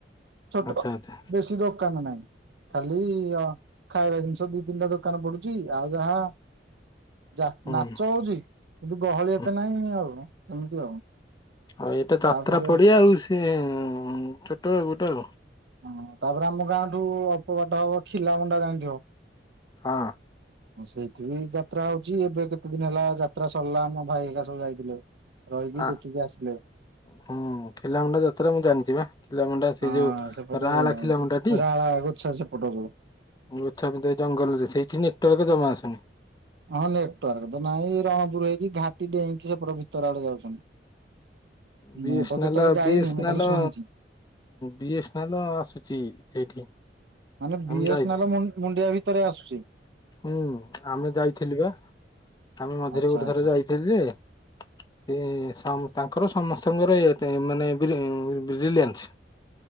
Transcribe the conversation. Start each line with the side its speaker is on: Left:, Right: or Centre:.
Right: ଛୋଟ
Left: ଆଚ୍ଛା ଆଚ୍ଛା
Right: ବେଶୀ ଦୋକାନ ନାହିଁ ଖାଲି ଖାଇବା ଜିନିଷ ଦି ତିନିଟା ଦୋକାନ ପଡୁଛି ଆଉ ଯାହା ଯା
Left: ହୁଁ
Right: ନାଚ ହଉଛି କିନ୍ତୁ ଗହଳି
Left: ହୁଁ
Right: ଏତେ ନାହିଁ ଆଉ କେମିତି ଆଉ।
Left: ଆଉ ଏଇଟା ଯାତ୍ରା
Right: ତାପରେ
Left: ପଡିଆ ଆଉ ସେ ଛୋଟ ଗୋଟେ ଆଉ।
Right: ହଁ ତାପରେ ଆମ ଗାଁ ଠୁ ଅଳ୍ପବାଟ ହବ ଖିଲାମୁଣ୍ଡା ଜାଣିଥିବ?
Left: ହଁ।
Right: ସେଇଠି ବି ଯାତ୍ରା ହଉଛି ଏବେ କେତେ ଦିନ ହେଲା ଯାତ୍ରା ସରିଲା ଆମ ଭାଇ ଏକା ସବୁ ଯାଇଥିଲେ। ରହିକି
Left: ଆ
Right: ଦେଖିକି ଆସିଲେ
Left: ହୁଁ ପିଲାମୁଣ୍ଡା ଯାତ୍ରା ମୁଁ ଜାଣିଛି ବା ପିଲାମୁଣ୍ଡା
Right: ହଁ
Left: ସେଇ ଯୋଉ
Right: ସେପଟେ
Left: ରା ଲଖିଲା ମୁଣ୍ଡାଟି
Right: ରାଳା ଗୋଛା ସେପଟ ସବୁ
Left: ଗୋଛା ପିନ୍ଧା ଜଙ୍ଗଲରେ ସେଇଠି ନେଟ ଜମା ଆସନି।
Right: ହଁ ନେଟୱାର୍କ ତ ନାଇଁ ରଣ ଦୂର ହେଇକି ଘାଟି ଡେଇଇଁକି ସେ ପୁରା ଭିତର ଆଡେ ଯାଉଛନ୍ତି।
Left: ବି
Right: ମୁଁ ତ କେତେବେଳେ ଯାଇନି
Left: ବି
Right: ମୁଁ
Left: ନାଁ
Right: ଖାଲି ଶୁଣିଛି
Left: ବିଏସ ନାଲ ଆସୁଛି। ସେଇଠି।
Right: ମାନେ ବି
Left: ଆମେ
Right: ଏସ୍
Left: ଯାଇଥି
Right: ନ ମୁଣ୍ଡିଆ ଭିତରେ ଆସୁଚି।
Left: ହୁଁ ଆମେ ଯାଇଥିଲି ପା ଆମେ ମଝିରେ
Right: ଆଚ୍ଛା
Left: ଗୋଟେ
Right: ଆଚ୍ଛା
Left: ଥର ଯାଇଥିଲି ଯେ ସେ ତାଙ୍କର ସମସ୍ତଙ୍କର ରିଲିଆନସ।